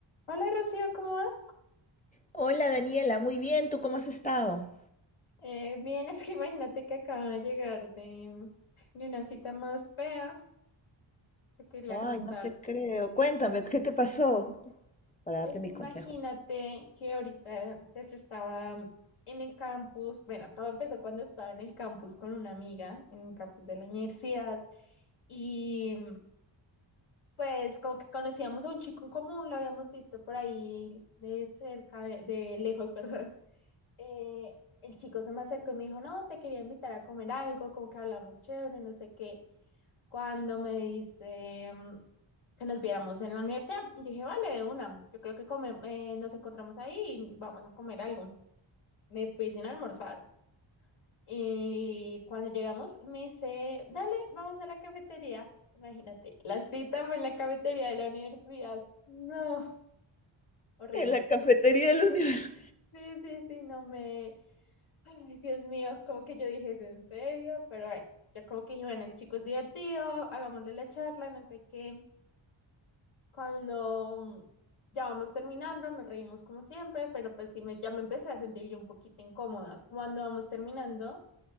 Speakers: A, on the left; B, on the left.
A: Hola Rocío, ¿cómo vas?
B: Hola Daniela, muy bien, ¿tú cómo has estado?
A: Eh, bien, <laughs> es que imagínate que acabo de llegar de, de una cita más fea, te quería
B: Ay,
A: contar.
B: no te creo. Cuéntame, ¿qué te pasó? Para
A: Pues
B: darte mis
A: imagínate
B: consejos.
A: que ahorita pues estaba en el campus, bueno, todo empezó cuando estaba en el campus con una amiga, en el campus de la universidad, y pues como que conocíamos a un chico en común, lo habíamos visto por ahí de cerca, de de lejos, <laughs> perdón. eh, el chico se me acercó y me dijo, no, te quería invitar a comer algo, como que hablamos chévere, no sé qué. Cuando me dice mm, que nos viéramos en la universidad, y yo dije, vale, de una, yo creo que come- eh, nos encontramos ahí y vamos a comer algo. Me fui sin almorzar. Y cuando llegamos, me dice, dale, vamos a la cafetería. Imagínate, la cita fue en la cafetería de la universidad. No, horrible.
B: En la cafetería de la universidad.
A: Sí, sí, sí, no me... Ay, Dios mío, como que yo dije, ¿es en serio? Pero bueno, ya como que dije, bueno, el chico es divertido, hagámosle la charla, no sé qué. Cuando mm, ya vamos terminando, nos reímos como siempre, pero pues sí, me, ya me empecé a sentir yo un poquito incómoda. Cuando vamos terminando,